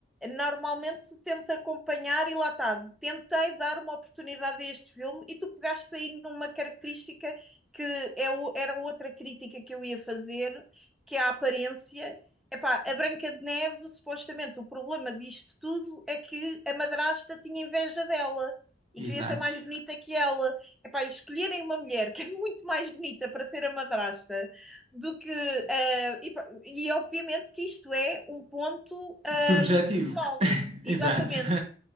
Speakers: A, in the centre; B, on the right (about 35°).
A: normalmente tento acompanhar e lá está, tentei dar uma oportunidade a este filme e tu pegaste aí numa característica que é o- era outra crítica que eu ia fazer, que é a aparência. Epá, a Branca de Neve, supostamente, o problema disto tudo é que a madrasta tinha inveja dela e
B: Exato.
A: queria ser mais bonita que ela. Epá, e escolherem uma mulher que é muito mais bonita para ser a madrasta do que. eh, e, pá, e obviamente que isto é um ponto. eh,
B: Subjetivo.
A: solo. Exatamente.
B: <laughs> Exato.